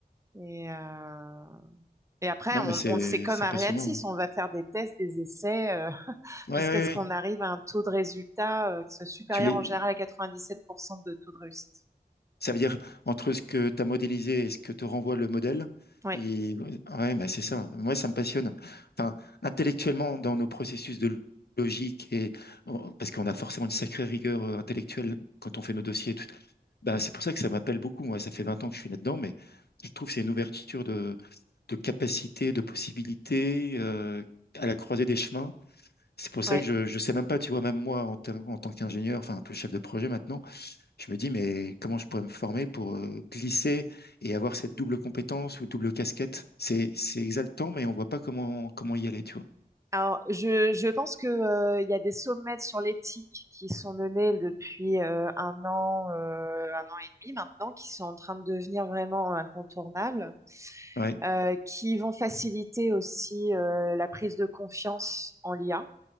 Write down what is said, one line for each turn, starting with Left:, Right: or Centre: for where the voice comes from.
Right: et, euh, et après,
Left: Non,
Right: on,
Left: mais c'est
Right: on, c'est comme
Left: c'est
Right: Ariane
Left: passionnant.
Right: six
Left: hein.
Right: on va faire des tests, des essais euh, <laughs>
Left: Ouais,
Right: jusqu'à
Left: ouais, ouais.
Right: ce qu'on
Left: ouais.
Right: arrive à un taux de résultat euh, qui soit supérieur
Left: Tu les,
Right: en général à 97% de taux de réussite.
Left: Ça veut dire entre ce que tu as modélisé et ce que te renvoie le modèle.
Right: Oui,
Left: Et, ouais, bah, c'est ça. Moi, ça me passionne. Enfin, intellectuellement, dans nos processus de logique, et parce qu'on a forcément une sacrée rigueur euh, intellectuelle quand on fait nos dossiers. et tout. Bah, c'est pour ça que ça m'appelle beaucoup. Moi, ça fait 20 ans que je suis là-dedans, mais je trouve que c'est une ouverture de, de capacité, de possibilités euh, à la croisée des chemins. C'est pour ça
Right: oui.
Left: que je ne sais même pas, tu vois, même moi, en, tant en tant qu'ingénieur, enfin un peu chef de projet maintenant, je me dis, mais comment je pourrais me former pour euh, glisser et avoir cette double compétence ou double casquette? C'est, c'est exaltant, mais on voit pas comment, comment y aller, tu vois.
Right: Alors, je, je pense que, euh, il y a des sommets sur l'éthique qui sont menés depuis euh, un an, euh, un an et demi maintenant, qui sont en train de devenir vraiment incontournables.
Left: Ouais,
Right: euh, qui vont faciliter aussi euh, la prise de confiance en l'IA.